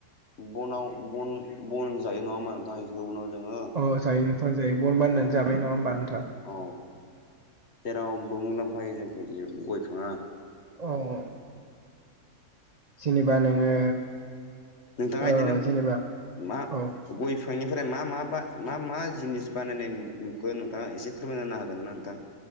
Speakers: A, on the left (about 50°); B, on the right (about 45°).
A: बनाव बन बन जायो नङामा नोंथां उनाव जोङो
B: अ जायो नोंथां जायो बल बान
A: औ
B: जाबाय नङा होनबा नोंथां।
A: औ जेरावबो मुलाम्फायो जोंख जे गयफाङा
B: अ' जेनेबा नोङो
A: नोंथाङा बिदिनो
B: ओ जेनेबा
A: मा गय
B: औ
A: बिफांनिफ्राय मा मा मा मा जिनिस बानायनाय नुखो नोंथाङा एसे फोरमाय होनो हागोन ना नोंथां।